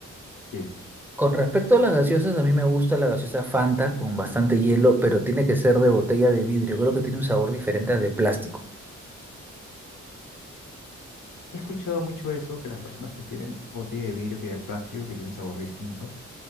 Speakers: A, on the left; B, in the centre.
A: Sí, he
B: Con respecto a las gaseosas, a mí me gusta la gaseosa Fanta con bastante hielo, pero tiene que ser de botella de vidrio. Creo que tiene un sabor diferente al de plástico.
A: escuchado mucho eso, que las personas prefieren botella de vidrio que de plástico, que tiene un sabor distinto.